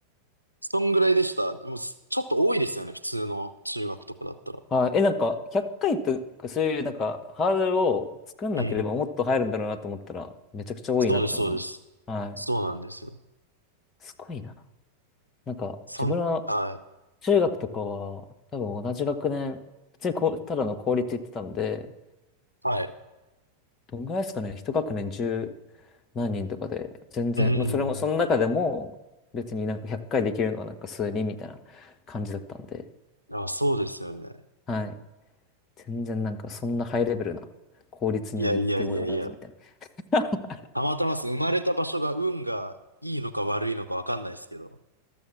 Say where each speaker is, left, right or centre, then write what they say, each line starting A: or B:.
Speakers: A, on the left; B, on the left.
A: そんぐらいでした。でもすちょっと多いですよね、普通の中学とかだったら。
B: はい。え、なんか、100回とか、そういう、なんか、ハードルを作んなければもっと入るんだろうなと思ったら、
A: うん。
B: めちゃくちゃ多いなって思います。
A: そうです、そうです。
B: はい。
A: そうなんですよ。
B: すごいな。なんか、
A: そん、
B: 自分は、
A: はい
B: 中学とかは、多分同じ学年、普通にこう、ただの公立行ってたんで、
A: はい。
B: どんぐらいですかね、一学年十何人とかで、全然、
A: うんうん
B: まあ、それも、その中でも、別になんか100回できるのはなんか数人みたいな感じだったんで、
A: うん。あ、そうですよね。
B: はい。全然なんかそんなハイレベルな効率には行っておらずみたい
A: いやいやいやいや。
B: な。<laughs>
A: たまたまです。生まれた場所が運がいいのか悪いのかわかんないですけど、